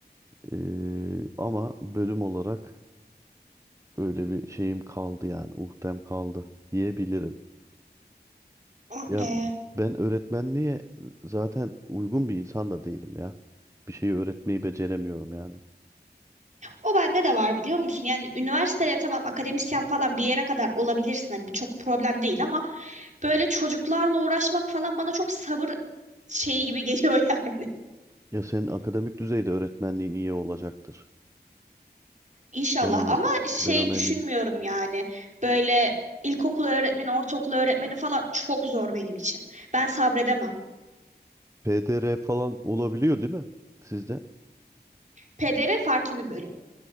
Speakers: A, on the right (about 15°); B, on the right (about 45°).
A: E, ama bölüm olarak öyle bir şeyim kaldı yani. Uhtem kaldı diyebilirim.
B: Ah
A: Ya
B: be.
A: ben öğretmenliğe zaten uygun bir insan da değilim ya. Bir şeyi öğretmeyi beceremiyorum yani.
B: O bende de var biliyor musun? Yani üniversiteye tamam akademisyen falan bir yere kadar olabilirsin. Hani bu çok problem değil ama böyle çocuklarla uğraşmak falan bana çok sabır şeyi gibi geliyor <laughs> yani.
A: Ya senin akademik düzeyde öğretmenliğin iyi olacaktır.
B: İnşallah
A: Ben ona
B: ama şey
A: ben ona
B: düşünmüyorum
A: eminim.
B: yani. Böyle ilkokul öğretmeni, ortaokul öğretmeni falan çok zor benim için. Ben sabredemem.
A: PDR falan olabiliyor değil mi? Sizde.
B: Pedere farklı bir bölüm.